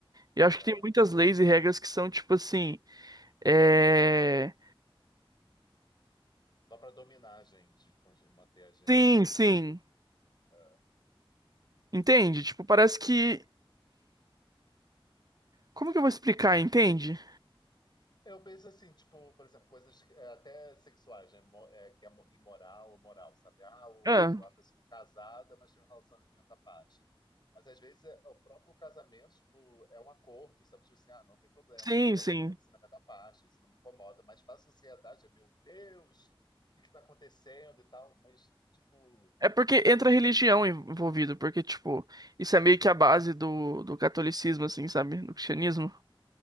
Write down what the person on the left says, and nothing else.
É,
só para dominar a gente, conge- manter a gente.
é,
Eu penso assim, tipo, por exemplo, coisas que- é, até sexuais, né? Mo- é, que é mo- imoral ou moral, sabe? Ah, o,
a pessoa é casada, mas tem um relacionamento à parte. Mas às vezes é- o próprio casamento, tipo, é um acordo, sabe? Tipo assim, ah, não tem problema,
você pode
ter um relacionamento à parte, isso não me incomoda, mas para a sociedade, é, meu Deus, o que está acontecendo e tal. Mas, tipo,